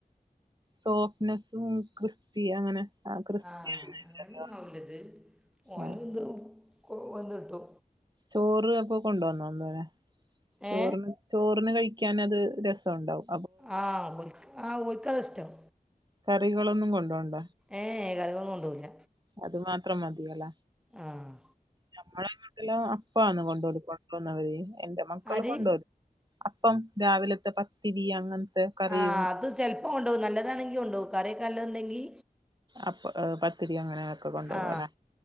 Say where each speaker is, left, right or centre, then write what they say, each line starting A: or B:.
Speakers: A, on the right; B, in the centre.
A: സോഫ്റ്റ്നെസ്സും ക്രിസ്പി അങ്ങനെ ആ ക്രിസ്പി
B: ആഹ്
A: എണ്ണയില്ലല്ലോ
B: അങ്ങനെന്നാവില്ലത് ഓന്
A: ആ
B: എന്തൊ കൊന്ന് വന്ന് ഇട്ടു
A: ചോറ് അപ്പൊ കൊണ്ട വന്നോ അന്നനെ ചോറിന്
B: ഏ
A: ചോറിന് കഴിക്കാൻ അത് രസുണ്ടാവും
B: ആഹ് ആഹ് ഓൽക്ക താ ഇഷ്ടം
A: കറികളൊന്നും കൊണ്ടോണ്ട
B: ഏ കറികളൊന്നും കൊണ്ടു പോകുല്ല
A: അത് മാത്രം മതിയല്ല
B: ആഹ്
A: നമ്മളെ നാട്ടില് അപ്പന്ന് കൊണ്ട്‌ വരന്നത് എൻന്റെ മക്കള്
B: ആര്
A: കൊണ്ട്‌ വരും അപ്പം രാവിലത്തെ പത്തിരി അങ്ങനത്തെ കറിയും
B: ആഅത് ചെലപ്പോം കൊണ്ടോ നല്ലതാണെങ്കി കൊണ്ട് പോം കറി ഒക്കെ നല്ലതു ഉണ്ടെങ്കിൽ
A: അപ്പ പത്തിരി അങ്ങനെക്കെ കൊണ്ടുപോവല്ലേ
B: ആ